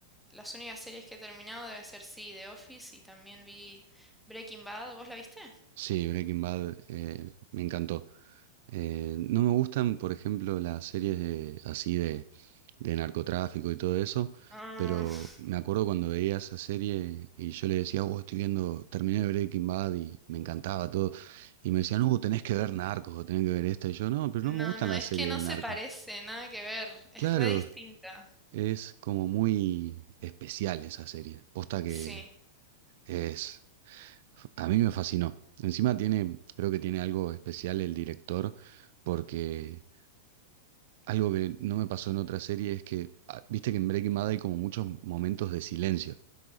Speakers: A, in the centre; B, on the right.
A: las únicas series que he terminado debe ser sí, The Office y también vi Breaking Bad. ¿Vos la viste?
B: sí, Breaking Bad eh, me encantó. Eh, no me gustan, por ejemplo, las series de, así de, de narcotráfico y todo eso,
A: Ah,
B: pero me acuerdo cuando veía esa serie y yo le decía, oh, estoy viendo, terminé Breaking Bad y me encantaba todo. Y me decían, no, tenés que ver Narcos o tenés que ver esta. Y yo, no, pero
A: No,
B: no me gustan
A: no,
B: las
A: es
B: series
A: que no
B: de
A: se
B: Narcos.
A: parece, nada que ver, es
B: Claro,
A: re distinta.
B: Es como muy especial esa serie. Posta que
A: Sí,
B: es... A mí me fascinó. Encima tiene, creo que tiene algo especial el director, porque algo que no me pasó en otra serie es que, ah, viste que en Breaking Bad hay como muchos momentos de silencio.